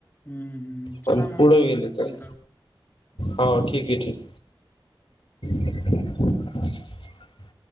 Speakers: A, on the left; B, on the left.
A: हम्म हम्म
B: पण
A: चला मग
B: पुढे
A: बोलू
B: गेले तर
A: नंतर.
B: हो ठीक आहे ठीक. <inaudible>